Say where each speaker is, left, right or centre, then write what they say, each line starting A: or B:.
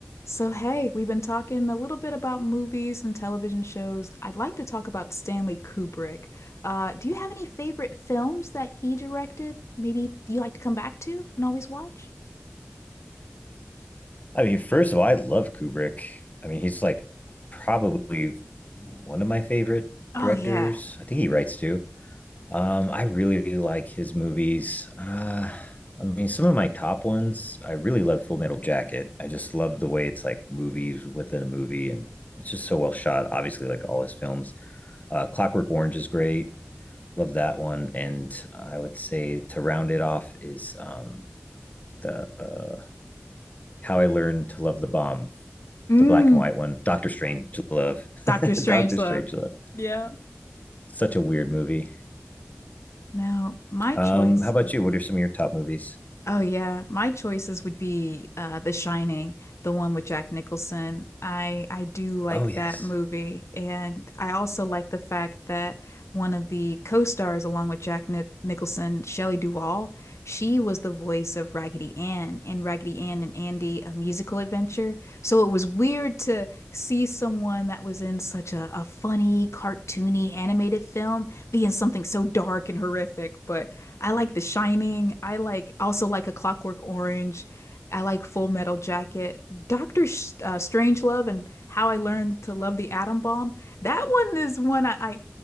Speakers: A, on the left; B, on the left.
A: So, hey, we've been talking a little bit about movies and television shows. I'd like to talk about Stanley Kubrick. Uh, do you have any favorite films that he directed? Maybe you like to come back to and always watch?
B: I mean, first of all, I love Kubrick. I mean, he's like probably one of my favorite
A: Oh
B: directors.
A: yeah.
B: I think he writes too. Um, I really like his movies. Uh, I mean, some of my top ones, I really love Full Metal Jacket. I just love the way it's like movies within a movie, and it's just so well shot. Obviously, like all his films, uh, Clockwork Orange is great. Love that one. And I would say to round it off is um, the uh, How I Learned to Love the Bomb
A: Mm,
B: the black and white one, Doctor Strange Love.
A: Doctor
B: <laughs>
A: Strangelove.
B: Doctor Strange Love.
A: Yeah.
B: Such a weird movie.
A: Now, my choices.
B: Um, how about you? What are some of your top movies?
A: Oh yeah, my choices would be uh The Shining, the one with Jack Nicholson. I I do like
B: Oh yes.
A: that movie and I also like the fact that one of the co-stars along with Jack Nic Nicholson, Shelley Duvall, she was the voice of Raggedy Ann in Raggedy Ann and Andy: A Musical Adventure. So it was weird to see someone that was in such a, a funny, cartoony, animated film be in something so dark and horrific, but I like The Shining. I like also like A Clockwork Orange. I like Full Metal Jacket. Doctor Sh uh, Strangelove and How I Learned to Love the Atom Bomb. That one is one I, I